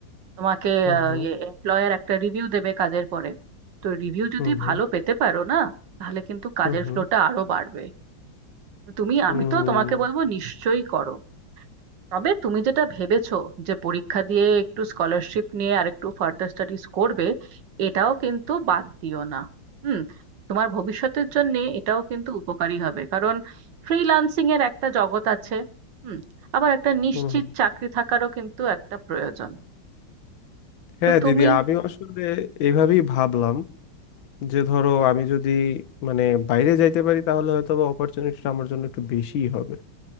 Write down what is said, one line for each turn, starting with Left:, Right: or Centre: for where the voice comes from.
Right: তোমাকে
Left: হুম
Right: আহ,
Left: হুম
Right: ইয়ে এমপ্লয়ার একটা রিভিউ দেবে কাজের পরে তো রিভিউ যদি
Left: হুম হুম
Right: ভালো পেতে পারো না তাহলে কিন্তু কাজের
Left: হুম হুম
Right: ফ্লোটা আরো বাড়বে তো তুমি
Left: হুম
Right: আমি তো তোমাকে বলবো নিশ্চয়ই করো তবে তুমি যেটা ভেবেছো যে পরীক্ষা দিয়ে একটু স্কলারশিপ নিয়ে আর একটু ফার্দার স্টাডিজ করবে এটাও কিন্তু বাদ দিও না হুম তোমার ভবিষ্যতের জন্য এটাও কিন্তু উপকারী হবে কারণ ফ্রিল্যান্সিং এর একটা জগৎ আছে হুম আবার একটা নিশ্চিত
Left: হুম হুম।
Right: চাকরি থাকারও কিন্তু একটা প্রয়োজন
Left: হ্যাঁ
Right: তো তুমি
Left: দিদি আমিও আসলে এইভাবেই ভাবলাম যে ধরো আমি যদি মানে বাইরে যাইতে পারি তাহলে হয়তো বা অপরচুনিটিটা আমার জন্য একটু বেশিই হবে